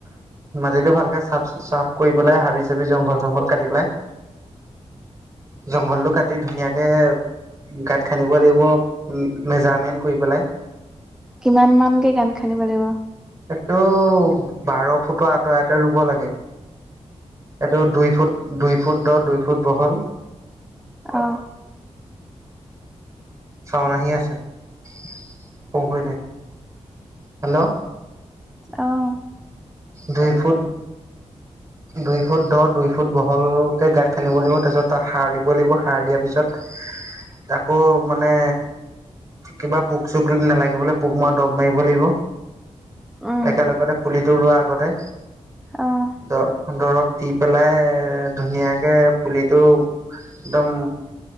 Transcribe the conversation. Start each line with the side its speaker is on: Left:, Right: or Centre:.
Right: মাটিটো ভালকে চাফ চাফ কৰি পেলাই হাবি চাবি জংঘল চংঘল কাটি পেলাই। জংঘলটো কাটি ধুনীয়াকে গাত খান্দিব লাগিব উম, মেজাৰমেণ্ট কৰি পেলাই।
Centre: কিমান মান কে গাত খান্দিব লাগিব।
Right: তো বাৰ ফুটৰ আঁতই আঁতই ৰুব লাগে। এইটো দুই ফুট দুই ফুট দহ দুই ফুট বহল।
Centre: অ
Right: চাওন আহি আছে সৰু কৰি দে, হেল্ল'
Centre: অঁ
Right: দুই ফুট দুই ফুট দহ দুই ফুট বহলকে গাঁত খানিব লাগিব তাৰপিছত তাত সাৰ দিব লাগিব সাৰ দিয়াৰ পিছত তাকো মানে। কিবা পোক চোক নালাগিবলৈ পোক মৰা দৰব মাৰিব লাগিব।
Centre: উম,
Right: একেলগতে পুলিটো ৰোৱাৰ আগতে
Centre: অ',
Right: দৰ দৰৱ দি পেলাই ধুনীয়াকে পুলিটো একদম।